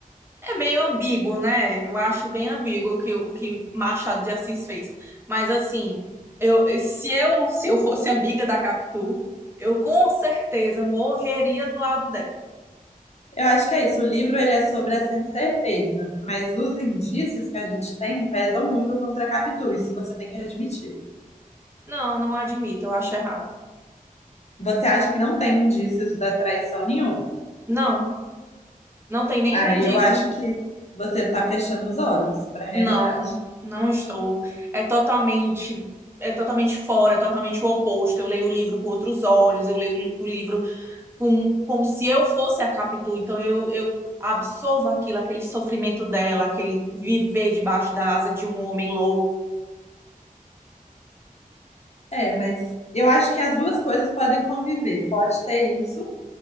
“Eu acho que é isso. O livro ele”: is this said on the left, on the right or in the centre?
Left